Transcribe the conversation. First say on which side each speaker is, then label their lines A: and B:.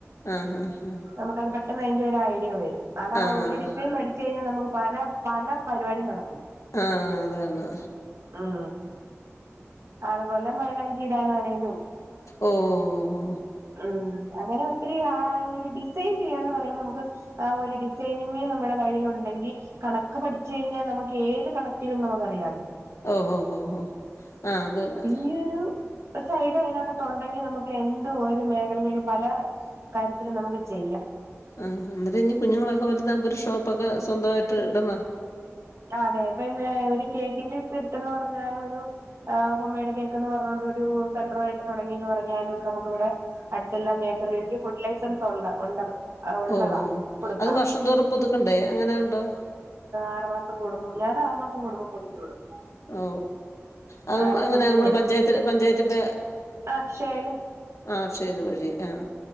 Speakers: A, on the left; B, on the right.
A: ആഹ് ആഹ്
B: നമുക്കത് പെട്ട ട്ടന്ന് അതിന്റെ ഒരു ഐഡിയ വരും അതാ
A: ആഹ് ആഹ്
B: ഒരു ഡിസൈൻ പഠിച്ചു കഴിഞ്ഞാൽ നമുക്ക് പല പല പരിപാടി നടക്കും
A: ആ അതന്നെ
B: ഉം അതുപോലെ മൈലാഞ്ചി ഇടാനാണേലും
A: ഓ ഓ
B: ഉം അങ്ങനെ ഒത്തിരി ആ ഒരു ഡിസൈൻ ചെയ്യാന്ന് പറയുമ്പോ നമുക്ക് ആ ഒരു ഡിസൈനിങ് നമ്മുടെ കയ്യിൽ ഉണ്ടെങ്കിൽ കണക്ക് പഠിച്ചു കഴിഞ്ഞാൽ നമുക്ക് ഏത് കണക്കിലും നമുക്ക് അറിയാല്ലോ
A: ഓ ഹോ ഹോ ആ അതന്നെ
B: ഈ ഒരു സൈഡ് അതിനക്കത് ഉണ്ടെങ്കി നമുക്ക് ഏന്ത് ഒരു മേഖലകളിലും പല കാര്യത്തിൽ നമുക്ക് ചെയ്യാം
A: ആ അന്നേര ഇനി കുഞ്ഞുങ്ങളൊക്കെ വലുത് ആവുമ്പോ ഒരു ഷോപ്പൊക്കെ സ്വന്തമായിട്ട് ഇടാനാ
B: അതെ ഇപ്പൊ ഒരു കേക്കിന്റെ കിട്ടണം എന്ന് പറഞ്ഞാൽ ഒരു ആ ഹോംമെയ്ഡ് കേക്ക് എന്ന് പറഞ്ഞോണ്ട് ഒരു സെൻ്റർ ആയിട്ട് തുടങ്ങി എന്ന് പറഞ്ഞാലും നമുക്കിവിടെ അടുത്തെല്ലാം ബേക്കറിക്ക് കൊടുക്കാൻ ഫുഡ് ലൈസൻസ് ഉണ്ട് ഉള്ളതാ
A: ഓ ഓ
B: കൊടുക്കാം
A: അത് വർഷം തോറും പുതുക്കണ്ടേ അങ്ങനെ ഉണ്ടോ
B: ആറ് മാസം കൂടുമ്പോ ഞൻ ആറുമാം കൂടുമ്പോൾ പുതുക്കി വിടും
A: ഓ അത്
B: ആഹ്
A: അങ്ങനെ
B: പുതുക്കി
A: നമ്മള്
B: വിടും
A: പഞ്ചായത് പഞ്ചായത്തിൻ്റെ
B: അക്ഷയയില്
A: ആ അക്ഷയ വഴി ആഹ